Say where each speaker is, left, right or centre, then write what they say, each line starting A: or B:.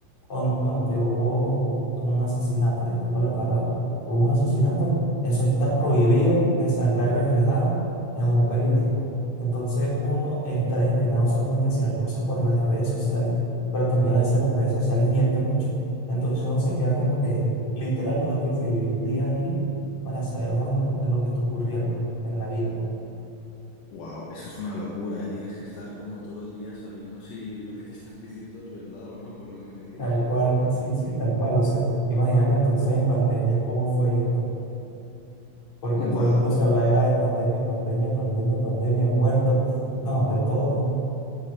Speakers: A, on the left; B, on the left.
A: Pon- Ponte, hubo un asesinato, disculpa la palabra, hubo un asesinato, eso está prohibido que salga reflejado en un periódico. Entonces uno está destinado solamente a hacer cosas por las redes sociales, pero también a veces las redes sociales miente mucho. Entonces uno se queda como que, literal, uno tiene que vivir día a día para saber más o menos qué es lo que está ocurriendo en la vida.
B: Wow, eso es una locura, ¿eh? Tienes que estar como todo el día sabiendo si lo que te están <laughs> diciendo es verdad o no, por lo que me dices.
A: Tal cual, sí, sí, tal cual. O sea, imagínate entonces en pandemia cómo fue esto porque
B: Wow.
A: todo el mundo se habla era de pandemia, pandemia, pandemia, pandemia, muerto, no, de todo.